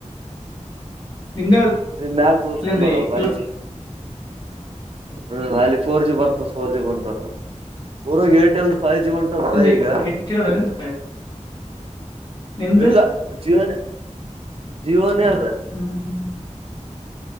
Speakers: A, on the left; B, on the right.
A: ನಿಂದೆ
B: ಇಲ್ಲಿ ಮ್ಯಾಗ ತೋರ್ಸ್ಕೊಂಡೋಡ
A: ನಿಂದೆ
B: ಪೈ್
A: ಇಲ್ಲ
B: ಜಿ ಹ್ಮ ಅಲ್ಲಿ ಫೋರ್ ಜಿ ಬರ್ತದೆ ಫೋರ್ ಜಿ ಬಂತ ಊರಾಗ ಏರ್ಟೆಲ್ ಫೈ ಜಿ ಉಂಟದದ
A: ನಿಂದೆ
B: ಈಗ
A: ಎಟ್ಟಿಡದ ನಿಂದ ನಿಂದ
B: ಇಲ್ಲ ಜಿಯೋನೆ ಜಿಯೋನೆ ಅದು
A: ಹ್ಮ್ ಹ್ಮ್